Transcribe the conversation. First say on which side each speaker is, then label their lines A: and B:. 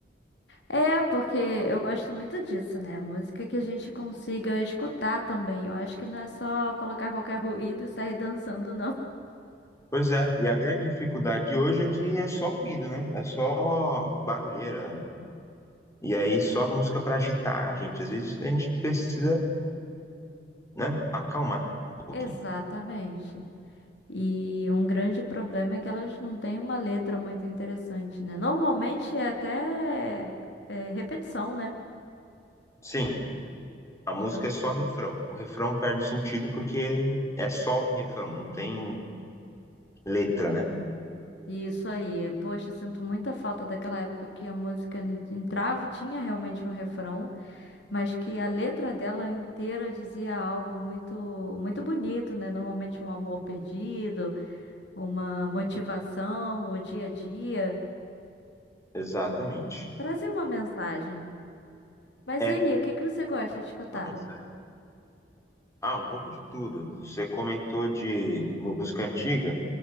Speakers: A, on the left; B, on the left.
A: É, porque eu gosto muito disso, né? Música que a gente consiga escutar também. Eu acho que não é só colocar qualquer ruído e sair dançando, não. <laughs>
B: Pois é, e a grande dificuldade de hoje é que é só ruído, né? É só barulheira. E aí só música para agitar a gente. Às vezes a gente precisa, né, acalmar um pouquinho.
A: Exatamente. E um grande problema é que elas não têm uma letra muito interessante, né? Normalmente é até é, repetição, né?
B: Sim, a
A: Então,
B: música é só refrão. O refrão perde o sentido porque é só um refrão, não tem letra, né?
A: isso aí. Poxa, eu sinto muita falta daquela época que a música entrava, tinha realmente um refrão. mas que a letra dela inteira dizia algo muito muito bonito, né? Normalmente um amor perdido, uma motivação, o dia a dia,
B: Exatamente.
A: trazia uma mensagem. Mas
B: É
A: e aí, o que que você gosta de escutar?
B: uma mensagem. Ah, um pouco de tudo. Você comentou de música antiga.